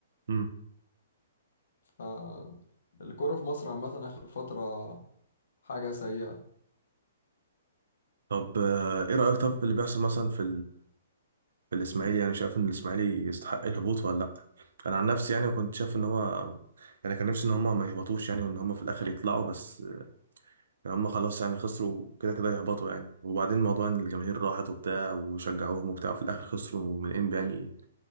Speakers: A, on the right (about 75°); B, on the left (about 70°).
A: مم.
B: ف الكورة في مصر عامة آخر فترة حاجة سيئة
A: طب آه، ايه رأيك طب في اللي بيحصل مثلا في في الاسماعيلي يعني شايف ان الاسماعيلي يستحق الهبوط ولا لا انا عن نفسي يعني كنت شايف ان هو يعني كان نفسي ان هم ما يهبطوش يعني وان هم في الاخر يطلعوا بس يعني هم خلاص يعني خسروا كده كده هيهبطوا يعني وبعدين موضوع ان الجماهير راحت وبتاع وشجعوهم وبتاع وفي الاخر خسروا من انبي يعني